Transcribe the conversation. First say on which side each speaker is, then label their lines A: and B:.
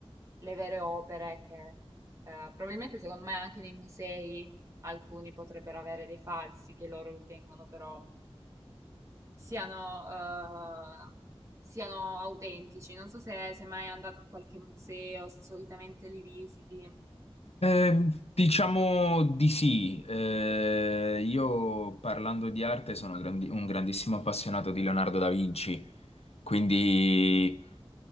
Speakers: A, on the right (about 30°); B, on the left (about 75°).
A: le vere opere che eh, probabilmente secondo me anche nei musei alcuni potrebbero avere dei falsi che loro ritengono però siano, eh, siano autentici. Non so se sei mai andato in qualche museo, se solitamente li visiti.
B: Eh, diciamo di sì, Eh, io parlando di arte sono grandi- un grandissimo appassionato di Leonardo da Vinci, quindi
A: Mm.